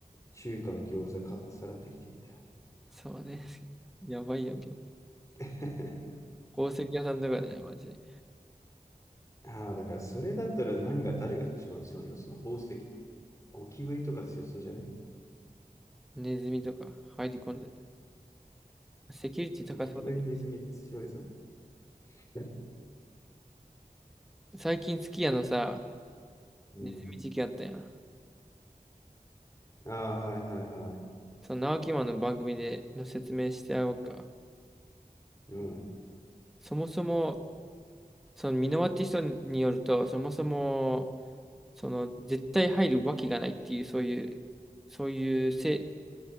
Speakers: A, on the left (about 20°); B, in the centre.
A: 中華の餃子かっさらってきてみたい
B: そうね。<laughs> やばいやんけど。
A: な。
B: 宝石屋さんとかね、マジで。
A: <laughs> ああ、だからそれだったら何が、誰が一番強いんだ、その宝石。ゴキブリとか強そうじゃね
B: ネズミとか入り込んでる。セキュリティ高そうだけ
A: ゴキブリネズミ強いぞ。ね
B: ど。最近、すき家のさ、
A: うん。
B: ネズミ事件あったやん。
A: ああ、はいはいはい。
B: その、直木マンの番組での説明してやろうか。
A: うん、
B: そもそも、そのミノアーティストによると、そもそも、その絶対入るわけがないっていう、そういう、そういうせ